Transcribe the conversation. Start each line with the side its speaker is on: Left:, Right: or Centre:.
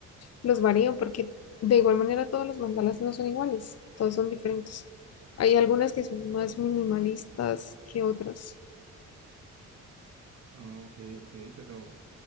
Left: Los varío porque de igual manera todos los mandalas no son iguales, todos son diferentes. Hay algunas que son más minimalistas que otras.
Right: Ah, ok, ok. Pero,